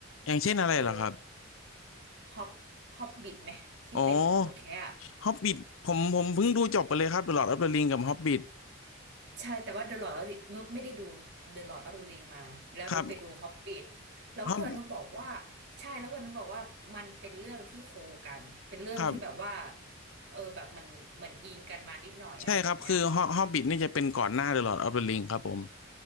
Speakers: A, on the left; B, on the right.
A: อย่างเช่นอะไรล่ะครับ
B: เออฮอบฮอบบิทไหมที่เป็นคนแคะ
A: โอ้ ฮอบบิทผมผมเพิ่งดูจบไปเลยครับ The Lord of the Ring กับฮอบบิท
B: ใช่แต่ว่า The Lord of the นุชไม่ได้ดู The Lord of the Ring มาแล้วนุชไปดู
A: ครับ
B: Hobbit แล้วเพื่อนนุชบอกว่า
A: ฮอบ
B: ใช่แล้วเพื่อนนุชบอกว่ามันเป็นเรื่องที่โคกันเป็นเรื่องที่แบบว่า
A: ครับ
B: เออแบบมันเหมือนอิงกันมานิดหน่อยอะไรแบบเนี้ย
A: ใช่ครับคือฮอบบิทนี่จะเป็นก่อนหน้า The Lord of the Ring ครับผม